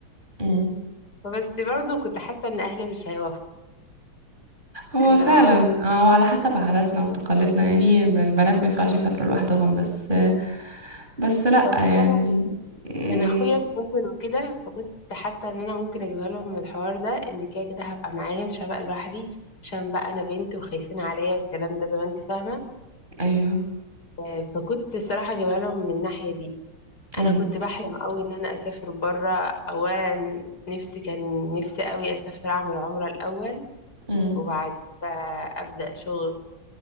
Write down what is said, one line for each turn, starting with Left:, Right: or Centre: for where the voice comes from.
Right: امم
Left: فبس برضو كنت حاسه ان اهلي مش هيوافقوا
Right: هو
Left: اللي
Right: فعلا
Left: هو
Right: آه، هو على حسب عاداتنا وتقاليدنا يعني البنات ما ينفعش يسافروا لوحدهم بس بس لا
Left: بس
Right: يعني
Left: انا
Right: مم.
Left: كان اخويا مسافر وكده فكنت حاسه ان انا ممكن اجيبها لهم من الحوار ده ان كده كده هبقى معاهم مش هبقى لوحدي عشان بقى انا بنت وخايفين عليا والكلام ده زي ما انت فاهمه
Right: ايوه
Left: آه، فكنت الصراحه اجيبها لهم من الناحيه دي
Right: مم.
Left: انا كنت بحلم قوي ان انا اسافر بره اولا نفسي كان نفسي قوي اسافر اعمل عمره الاول
Right: مم.
Left: وبعد بقى ابدا شغل